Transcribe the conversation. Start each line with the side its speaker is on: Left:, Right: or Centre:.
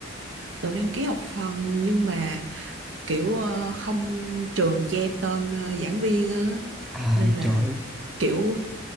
Right: tôi đăng ký học phần nhưng mà kiểu ờ, không trường che tên ờ, giảng viên á
Centre: à
Right: nên là
Centre: trời ơi.
Right: kiểu